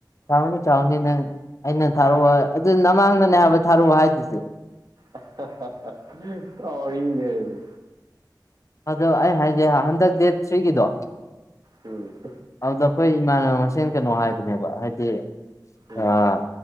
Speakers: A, on the left (about 40°); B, on the right (about 55°).
A: ꯀꯥꯎꯅꯤ ꯀꯥꯎꯅꯤ ꯅꯪ ꯑꯩꯅ ꯊꯥꯔꯛꯑꯣ ꯑꯗꯨ ꯅꯃꯥꯡꯗꯅꯦ ꯍꯥꯏꯕ ꯊꯥꯔꯛꯑꯣ ꯍꯥꯏꯔꯤꯁꯤꯁꯨ
B: ꯑ ꯍꯥꯍꯥ ꯀꯥꯎꯔꯤꯅꯤꯅꯍꯦ
A: ꯑꯗꯣ ꯑꯩ ꯍꯥꯏꯖꯦ ꯍꯟꯗꯛ ꯗꯦꯠ ꯊ꯭ꯔꯤꯒꯤꯗꯣ
B: ꯎꯝ
A: ꯑꯗꯨꯗ ꯑꯩꯈꯣꯏ ꯏꯃꯥꯟꯅꯕ ꯃꯁꯦꯟ ꯀꯩꯅꯣ ꯍꯥꯏꯕꯅꯦꯕ ꯍꯥꯏꯗꯤ
B: ꯎꯝ
A: ꯑꯥ